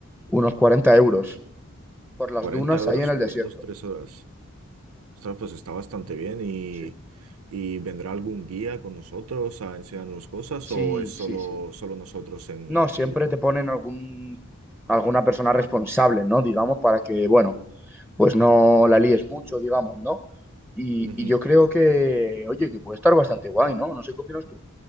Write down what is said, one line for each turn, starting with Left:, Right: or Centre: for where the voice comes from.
Centre: unos 40 euros por las
Right: cuarenta
Centre: dunas
Right: euros
Centre: ahí en el
Right: por
Centre: desierto.
Right: dos tres horas. Ostras, pues está bastante bien y,
Centre: Sí,
Right: y ¿vendrá algún guía con nosotros a enseñarnos cosas
Centre: sí,
Right: o es solo,
Centre: sí, sí.
Right: solo nosotros en,
Centre: No, siempre
Right: en grupo?
Centre: te ponen algún, alguna persona responsable, ¿no? Digamos, para que, bueno, pues no la líes mucho, digamos, ¿no? Y,
Right: Ujú.
Centre: y yo creo que, oye, que puede estar bastante guay, ¿no? No sé qué opinas tú.